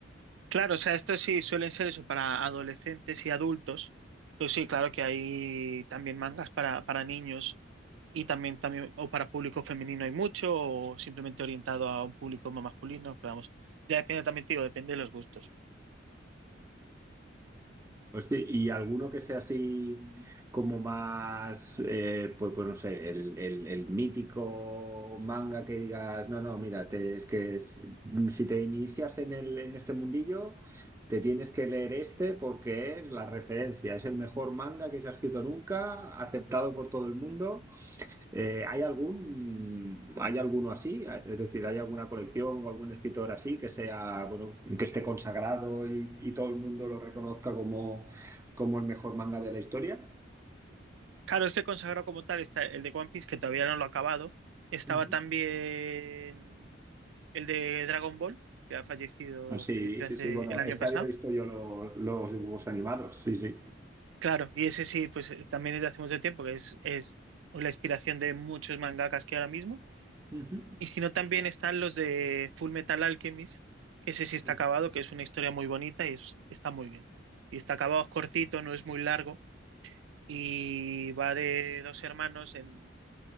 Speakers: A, on the right; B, on the right.
A: claro, o sea, esto sí suelen ser eso para adolescentes y adultos, pues sí, claro que hay también mangas para, para niños Y también, también, o para público femenino hay mucho, o simplemente orientado a un público más masculino, pero vamos, ya depende también, te digo, depende de los gustos.
B: Hostia, y alguno que sea así como más, eh, pues, pues no sé, el, el- el mítico manga que digas, no, no, mira, te- es que si, si te inicias en el, en este mundillo, te tienes que leer este porque es la referencia, es el mejor manga que se ha escrito nunca, aceptado por todo el mundo. Eh, ¿hay algún, hay alguno así? Es decir, ¿hay alguna colección o algún escritor así que sea, bueno, que esté consagrado y, y todo el mundo lo reconozca como, como el mejor manga de la historia?
A: Claro, este consagrado como tal está el de One Piece, que todavía no lo he acabado. Estaba
B: Ujú,
A: también el de Dragon Ball, que ha fallecido,
B: Ah, Sí,
A: falleció
B: sí,
A: hace
B: sí. Bueno,
A: el año
B: este
A: pasado.
B: había visto yo lo- los dibujos animados. Sí, sí.
A: Claro, y ese sí, pues eh, también es de hace mucho tiempo, que es, es la inspiración de muchos mangakas que ahora mismo.
B: ujú,
A: Y si no, también están los de Full Metal Alchemist, que ese sí está
B: ujú,
A: acabado, que es una historia muy bonita y es- está muy bien. Y está acabado, es cortito, no es muy largo, y va de dos hermanos en,